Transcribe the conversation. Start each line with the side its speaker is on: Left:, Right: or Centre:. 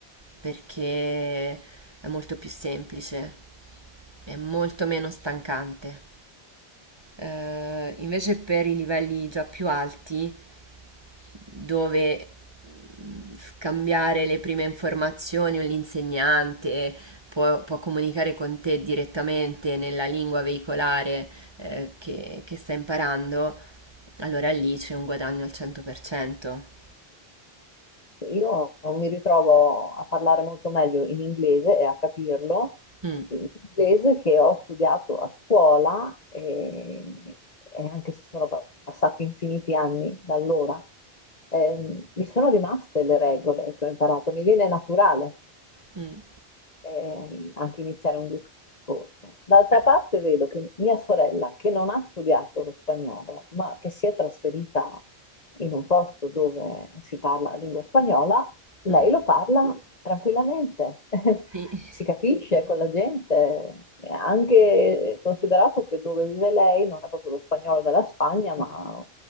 Right: perché è molto più semplice, è molto meno stancante. Eh, invece per i livelli già più alti dove mh, scambiare le prime informazioni o l'insegnante può, può comunicare con te direttamente nella lingua veicolare eh, che, che sta imparando, allora lì c'è un guadagno al 100%.
Left: io mi ritrovo a parlare molto meglio in inglese e a capirlo,
Right: Mm,
Left: in inglese che ho studiato a scuola e, e anche se sono pa- passati infiniti anni da allora, ehm, mi sono rimaste le regole che ho imparato, mi viene naturale.
Right: mm,
Left: eh, anche iniziare un discorso. D'altra
Right: Beh,
Left: parte vedo che mia sorella, che non ha studiato lo spagnolo, ma che si è trasferita in un posto dove si parla la lingua spagnola, lei
Right: mm,
Left: lo parla tranquillamente, <laughs>
Right: sì.
Left: si capisce con la gente, E anche considerato che dove vive lei non è proprio lo spagnolo della Spagna, ma